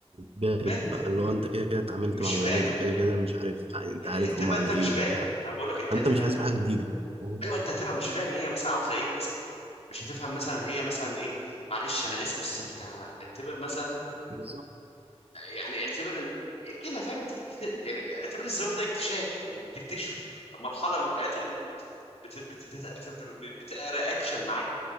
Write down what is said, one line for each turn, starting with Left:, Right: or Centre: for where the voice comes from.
Right: بارد
Left: وارد
Right: بقى اللي
Left: إن-
Right: هو انت كده كده اتعاملت
Left: مش
Right: مع
Left: فاهم
Right: بنات وكده كده مش عارف انت
Left: إيه،
Right: عارفهم
Left: هتبقى
Right: على
Left: انت
Right: ايه
Left: مش فاهم
Right: وبتاع
Left: انا بقول لك انت
Right: فانت
Left: هتبقى
Right: مش حاسس
Left: انت
Right: بحاجه جديده فاهم؟
Left: ايوه انت هتبقى مش فاهم هي مثلا عاوزه ايه مثلا مش هتفهم مثلا هي مثلا ايه معلش انا اسف بس انت اعتبر مثلا
Right: بالظبط
Left: يعني اعتبر ان كده فاهم انت بت- يعني اعتبر الزواج ده اكتشاف يعني بتكتشفه مرحله من حياتك انك بت... بت... بت... بت... بت- بتقرا اكشن معاه